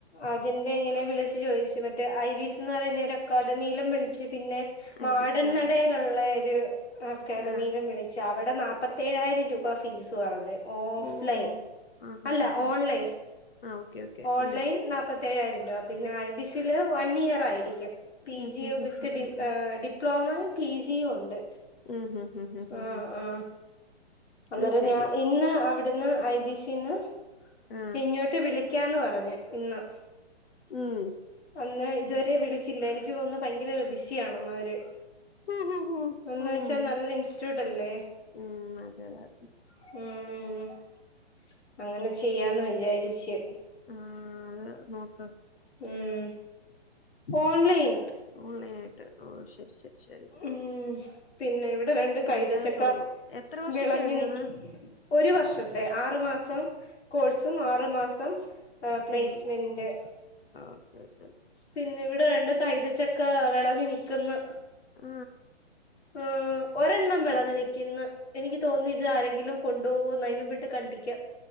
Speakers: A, on the left; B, on the left.
A: അതിന്റെ ഇങ്ങനെ വിളിച്ചു ചോദിച്ചു മറ്റേ ഐ ബിസ് എന്ന് പറയുന്നേര അക്കാദമീലും വിളിച്ച് പിന്നെ മാടൻ
B: ഐബിസ് ആഹ്
A: നടയിലുള്ള ഒരു അക്കാഡമിയിലും
B: ആഹ്
A: വിളിച്ചു അവിടെ നാപ്പത്തേഴായിരം രൂപ ഫീസ് ത് പറഞ്ഞ് ഓഫ്
B: ഓ
A: ലൈൻ
B: ആഹ് ഹാ
A: അല്ല
B: ഹാ ഹാ
A: ഓൺലൈൻ
B: ആഹ് ഓക്കെ ഓക്കെ
A: ഓൺലൈൻ
B: ഉം
A: നാപ്പത്തേഴായിരം രൂപ പിന്നെ I B C one year ആയിരിക്കും പിജിയ
B: ഉം ഹും ഹും
A: വിത്ത്
B: ഹും
A: ഡി
B: ഹും ഹും
A: ഡിപ്ലോമയും പിജിയും ഉണ്ട്
B: ഉം ഹും ഹും ഹും ഹും
A: ആ
B: ഹും
A: ആ അന്നേരം
B: അത് ശരി
A: ഞാൻ ഇന്ന് അവിടുന്ന് ഐ ബി സി ന്ന്
B: ആഹ്
A: ഇങ്ങോട്ട് വിളിക്കാന്ന് പറഞ്ഞ് ഇന്ന്
B: ഉം
A: അന്ന് ഇതുവരെ വിളി ച്ചില്ല എനിക്ക് തോന്നുന്നു ഭയങ്കര ബിസിയാണെന്ന് അവര്
B: ഹ ഹ ഹ
A: എന്ന്
B: ഉം
A: വെച്ചാ നല്ല ഇൻസ്റ്റിറ്റ്യൂട്ട് അല്ലേ
B: ഉം അതെ അതെ
A: ഉം അങ്ങനെ ചെയ്യാന്ന് വിചാരിച്ചു
B: ആ അത് നോക്ക
A: ഉം ഓൺലൈൻ
B: ഓൺലൈൻ ആയിട്ട് ഓ ശരി ശരി ശരി
A: ഉം പിന്നെ ഇവിടെ രണ്ട് കൈതച്ചക്ക
B: നല്ലാന്ന് തോന്നുന്നു എത്ര വർഷത്തെ
A: വിളഞ്ഞു
B: എടി
A: നിക്കിന്ന്
B: അത്
A: ഒരു വർഷത്തെ ആറു മാസം കോഴ്സും ആറു മാസം പ്ലേസ്മെന്റ്
B: ഇൻ ഓക്കെ ഓക്കെ
A: പിന്നെ ഇവിടെ രണ്ട് കൈതചക്ക വിളഞ്ഞ് നി തിന്ന്
B: ആ
A: ഉം ഒരെണ്ണം വെളഞ്ഞ് നി നിക്കിന്ന് എനിക്ക് തോന്നി ഇത് ആരെങ്കിലും കൊണ്ട്പോവൊന്ന് അയി നു ബെ അത് കണ്ടിക്കാ